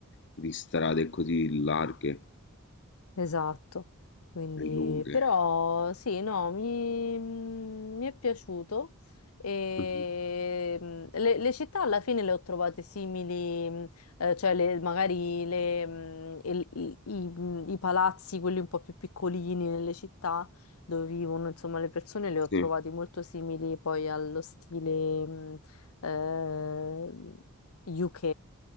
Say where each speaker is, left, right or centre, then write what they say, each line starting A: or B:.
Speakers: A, on the left (about 55°); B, on the left (about 80°).
A: di strade così larghe
B: Esatto, quindi
A: e lunghe.
B: però sì, no, mi, mi è piaciuto e
A: <laughs>
B: mm, le, le città alla fine le ho trovate simili, mm, eh, cioè le- magari le, mm, il- i, i- mm, i palazzi, quelli un po' più piccolini nelle città dove vivono, insomma, le persone le ho
A: Sì.
B: trovati molto simili poi allo stile mm, eh, UK,